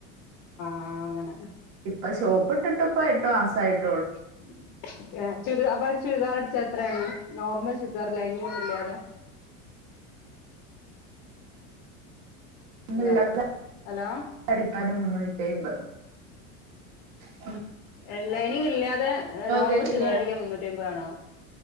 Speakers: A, on the left (about 50°); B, on the right (about 65°).
A: ആ അങ്ങനെ
B: ഇപ്പൊ ഷോപ്പ് ഇട്ടിട്ട് ഇപ്പ എട്ടു മാസായിട്ട
A: <unintelligible> ചുരി അപ്പ ചുരിദാർടു എത്രയാണ് നോർമൽ ചുരിദാർ ലൈനിങ്ങൊന്നുംല്ലാതെ
B: ല്ലാതെ
A: ഹലോ ഹലോ
B: അടിക്കാനും മുന്നൂറ്റമ്പത് <unintelligible>
A: എ ലൈ ല്ലാതെ നോർമൽ
B: കേക്കില്ലേ
A: ചുരിദാറടിക്കാ മുന്നൂറ്റിമ്പതാണോ